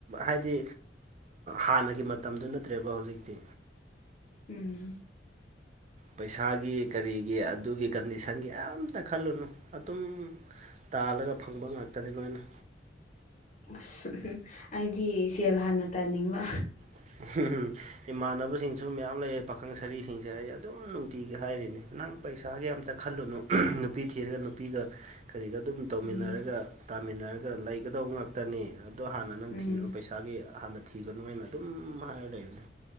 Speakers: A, on the right; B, on the left.
A: ꯍꯥꯏꯗꯤ ꯍꯥꯟꯅꯒꯤ ꯃꯇꯝꯗꯨ ꯅꯠꯇ꯭ꯔꯦꯕ ꯍꯧꯖꯤꯛꯇꯤ꯫
B: ꯎꯝ
A: ꯄꯩꯁꯥꯒꯤ ꯀꯔꯤꯒꯤ ꯑꯗꯨꯒꯤ ꯀꯟꯗꯤꯁꯟꯒꯤ ꯑꯝꯇ ꯈꯜꯂꯨꯅꯨ ꯑꯗꯨꯝ ꯇꯥꯜꯂꯒ ꯐꯪꯕ ꯉꯥꯛꯇꯅꯤ ꯂꯣꯏꯅ꯫
B: ꯑꯁ ꯑꯩꯗꯤ ꯁꯦꯜ ꯍꯥꯟꯅ ꯇꯥꯟꯅꯤꯡꯕ꯫
A: <unintelligible> ꯏꯃꯥꯟꯅꯕꯁꯤꯡꯁꯨ ꯃꯌꯥꯝ ꯂꯩꯌꯦ ꯄꯥꯈꯪ ꯁꯔꯤꯁꯤꯡꯁꯦ ꯑꯩ ꯑꯗꯨꯝ ꯅꯨꯡꯇꯤꯒꯤ ꯍꯥꯏꯔꯤꯅꯤ ꯅꯪ ꯄꯩꯁꯥꯒꯤ ꯑꯝꯇ ꯈꯜꯂꯨꯅꯨ ꯅꯨꯄꯤ ꯊꯤꯔꯒ ꯅꯨ ꯅꯨꯄꯤꯒ ꯀꯔꯤꯒ ꯑꯗꯨꯝ ꯇꯧꯃꯤꯟꯅꯔꯒ
B: ꯎꯝ
A: ꯇꯥꯃꯤꯟꯅꯔꯒ ꯂꯩꯒꯗꯧꯕ ꯉꯥꯛꯇꯅꯤ꯫ ꯑꯗꯣ ꯍꯥꯟꯅ ꯅꯪ
B: ꯎꯝ
A: ꯊꯤꯔꯣ ꯄꯩꯁꯥꯒꯤ ꯍꯥꯟꯅ ꯊꯤꯒꯅꯨꯅ ꯑꯗꯨꯝ ꯍꯥꯏꯔ ꯂꯩꯕꯅꯦ꯫